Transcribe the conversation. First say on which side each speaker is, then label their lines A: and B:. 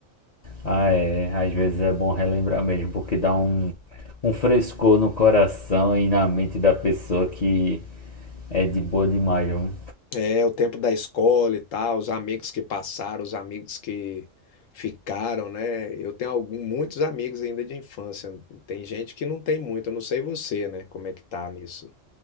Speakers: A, on the left; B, on the left.
A: Ah, é, às vezes é bom relembrar mesmo, porque dá um, um frescor no coração e na mente da pessoa que é de boa demais, viu?
B: É o tempo da escola e tal, os amigos que passaram, os amigos que ficaram, né? Eu tenho algum, muitos amigos ainda de infância. Tem gente que não tem muito, eu não sei você, né? Como é que tá nisso?